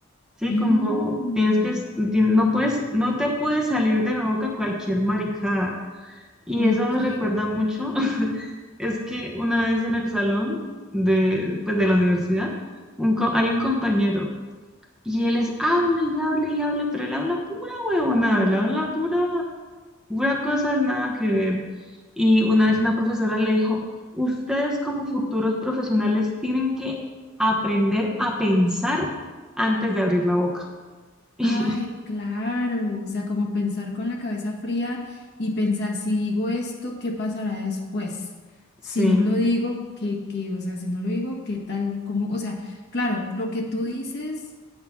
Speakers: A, in the centre; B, on the left.
A: ¿sí?
B: Mm.
A: Como tienes que, es- ti- no puedes, no te puede salir de la boca cualquier maricada. Y
B: Ok.
A: eso me recuerda mucho, <laughs> es que una vez en el salón de, pues, de la universidad, un co- hay un compañero y él es, hable y hable y hable, pero él habla pura huevonada, él habla pura una cosa nada que ver. Y una vez una profesora le dijo, ustedes como futuros profesionales tienen que aprender a pensar antes de abrir la boca. <laughs>
B: Ay, claro. O sea, como pensar con la cabeza fría y pensar si digo esto, ¿qué pasará después?
A: Sí,
B: Si no lo digo, ¿qué, qué? O sea, si no lo digo, ¿qué tal? ¿Cómo? O sea, claro, lo que tú dices